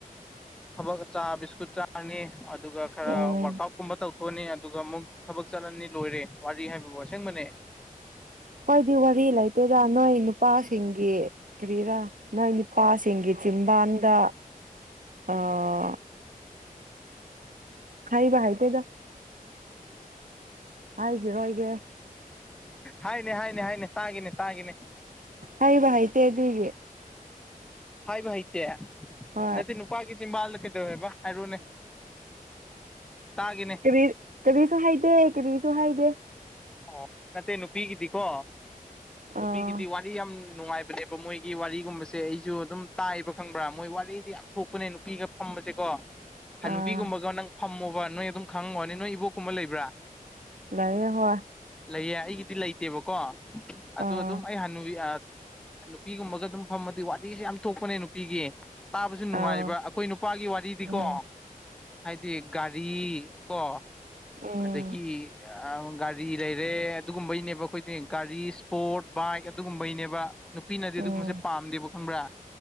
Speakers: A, in the centre; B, on the right (about 65°).
A: ꯊꯕꯛ ꯆꯥ ꯕꯤꯁꯀꯨꯠ ꯆꯥꯔꯅꯤ ꯑꯗꯨꯒ ꯈꯔ
B: ꯎꯝ
A: ꯋꯔꯛ ꯑꯥꯎꯠ ꯀꯨꯝꯕ ꯇꯧꯊꯣꯛꯑꯅꯤ ꯑꯗꯨꯒ ꯑꯃꯨꯛ ꯊꯕꯛ ꯆꯠꯂꯅꯤ ꯂꯣꯏꯔꯦ ꯋꯥꯔꯤ ꯍꯥꯏꯕꯕꯨ ꯑꯁꯦꯡꯕꯅꯦ
B: ꯈꯣꯢꯗꯤ ꯋꯥꯔꯤ ꯂꯩꯇꯦꯗ ꯅꯣꯏ ꯅꯨꯄꯥꯁꯤꯡꯒꯤ ꯀ꯭ꯔꯤꯔꯥ ꯅꯪ ꯅꯨꯅꯤꯄꯥꯁꯤꯡꯒꯤ ꯆꯤꯝꯕꯥꯟꯗ ꯑ ꯍꯥꯏꯕ ꯍꯥꯏꯇꯦꯗ ꯍꯥꯏꯒꯤꯔꯣꯢ ꯀꯦ
A: ꯍꯥꯏꯅꯦ ꯍꯥꯏꯅꯦ ꯍꯥꯏꯅꯦ ꯇꯥꯒꯦꯅꯦ ꯇꯥꯒꯦꯅꯦ
B: ꯍꯥꯏꯕ ꯍꯩꯇꯦ ꯑꯗꯨꯒꯤ
A: ꯍꯥꯏꯕ ꯍꯩꯇꯦ
B: ꯍꯣꯏ
A: ꯅꯠꯇꯦ ꯅꯨꯄꯥꯒꯤ ꯆꯤꯝꯕꯥꯜꯗ ꯀꯩꯗꯧꯋꯦꯕ ꯍꯥꯏꯔꯣꯅꯦ ꯇꯥꯒꯤꯅꯦ
B: ꯀꯔꯤ ꯀꯔꯤꯁꯨ ꯍꯥꯏꯗꯦ ꯀꯔꯤꯁꯨ ꯍꯥꯏꯗꯦ
A: ꯑꯣ ꯅꯠꯇꯦ ꯅꯨꯄꯤꯒꯤꯗꯤꯀꯣ ꯅꯨꯄꯤꯒꯤꯗꯤ
B: ꯑꯥ
A: ꯋꯥꯟ ꯋꯥꯔꯤ ꯌꯥꯝ ꯅꯨꯡꯉꯥꯏꯕꯅꯦꯕ ꯃꯣꯏꯒꯤ ꯋꯥꯔꯤꯒꯨꯝꯕꯁꯦ ꯑꯩꯁꯨ ꯑꯗꯨꯝ ꯇꯥꯏꯕ ꯈꯪꯕ꯭ꯔꯥ ꯃꯣꯏ ꯋꯥꯔꯤꯗꯤ ꯌꯥꯝ ꯊꯣꯛꯄꯅꯦ ꯅꯨꯄꯤꯒ ꯐꯝꯕꯁꯦ ꯀꯣ ꯍꯅꯨꯕꯤꯒꯨꯝꯕꯒ
B: ꯑꯥ
A: ꯅꯪ ꯐꯝꯃꯣꯕ ꯅꯣꯏ ꯑꯗꯨꯝ ꯈꯪꯉꯝꯒꯅꯤ ꯅꯣꯏ ꯏꯕꯣꯛꯒꯨꯝꯕ ꯂꯩꯕ꯭ꯔꯥ
B: ꯂꯩꯌꯦ ꯍꯣꯢ
A: ꯂꯩꯌꯦ ꯑꯩꯒꯤꯗꯤ ꯂꯩꯇꯦꯕꯀꯣ ꯑꯗꯨ
B: ꯑꯥ
A: ꯑꯗꯨꯝ ꯑꯩ ꯍꯥꯟꯅꯨꯕꯤ ꯑꯥ ꯅꯨꯄꯤꯒꯨꯝꯕꯒ ꯑꯗꯨꯝ ꯐꯝꯃꯗꯤ ꯋꯥꯔꯤꯁꯦ ꯌꯥꯝ ꯊꯣꯛꯄꯅꯦ ꯅꯨꯄꯤꯒꯤ ꯇꯥꯕꯁꯨ ꯅꯨꯡꯉꯥꯏꯕ
B: ꯑꯥ
A: ꯑꯩꯈꯣꯏ ꯅꯨꯄꯥꯒꯤ ꯋꯥꯔꯤꯗꯤꯀꯣ
B: ꯎꯝ
A: ꯍꯥꯏꯗꯤ ꯒꯥꯔꯤ ꯀꯣ
B: ꯎꯝ
A: ꯑꯗꯒꯤ ꯑꯥ ꯒꯔꯤ ꯒꯥꯔꯤ ꯂꯩꯔꯦ ꯑꯗꯨꯒꯨꯝꯕꯩꯅꯦꯕ ꯑꯩꯈꯣꯏ ꯒꯥꯔꯤ ꯏꯁꯄꯣꯔꯠ ꯕꯥꯏꯛ ꯑꯗꯨꯒꯨꯝꯕꯩꯅꯦꯕ ꯅꯨꯄꯤꯅꯗꯤ ꯑꯗꯨꯒꯨꯝꯕꯁꯤ
B: ꯎꯝ
A: ꯄꯥꯝꯗꯦꯕ ꯈꯪꯕ꯭ꯔꯥ